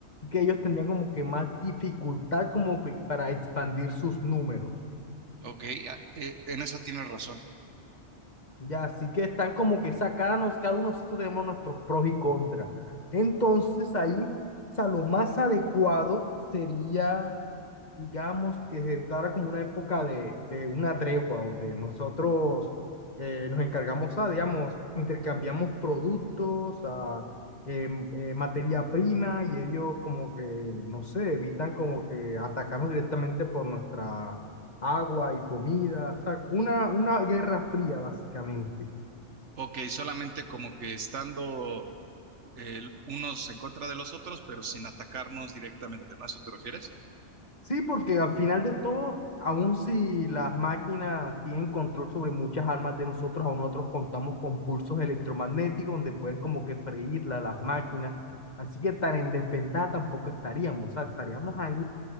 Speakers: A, on the left; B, on the right.
A: que ellos tendrían como que más dificultad como que para expandir sus números.
B: Ok, ah, eh, en eso tienes razón.
A: Ya, así que están como que sacarnos, cada uno nosotros tenemos nuestros pros y contras. Entonces ahí, o sea, lo más adecuado sería digamos, que se entrara como una época de, de una tregua, donde nosotros eh, nos encargamos a, digamos, intercambiamos productos, a eh, eh, materia prima, y ellos como que, no sé, evitan como que atacarnos directamente por nuestra agua y comida, o sea, una, una guerra fría, básicamente.
B: Ok, solamente como que estando eh, unos en contra de los otros, pero sin atacarnos directamente, ¿no? ¿A eso te refieres?
A: Sí, porque al final de todo, aun si las máquinas tienen control sobre muchas armas de nosotros, aún nosotros contamos con pulsos electromagnéticos donde pueden como que freírla las máquinas. Así que tan en desventaja tampoco estaríamos. O sea, estaríamos ahí.